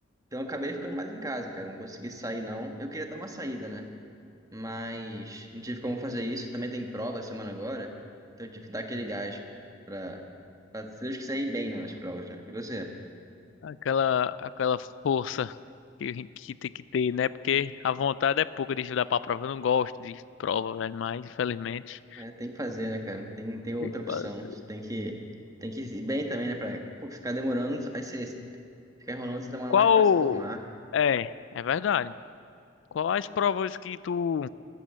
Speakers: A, on the right; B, on the left.
A: Então eu acabei ficando mais em casa, cara. Não consegui sair, não. Eu queria dar uma saída, né? Mas não tive como fazer isso. Também tem prova semana agora. Então eu tive que dar aquele gás pra, pra se Deus quiser ir bem, né, nas provas, né? E você?
B: Aquela, aquela força que, que tem que ter, né? Porque a vontade é pouca de estudar pra prova. Eu não gosto de prova, velho, mas infelizmente
A: É, tem que fazer, né, cara? Não tem, não tem outra
B: tem que
A: opção.
B: fazer.
A: A gente Tem que, tem que ir bem também, né, pra pô, ficar demorando. Aí você fica enrolando, você demora
B: Qual...
A: mais pra se formar.
B: É, é verdade. Quais provas que tu